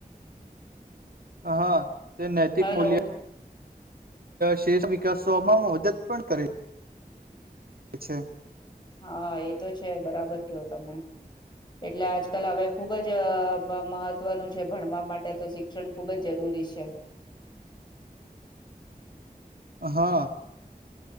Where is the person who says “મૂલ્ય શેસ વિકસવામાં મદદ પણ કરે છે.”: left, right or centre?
Right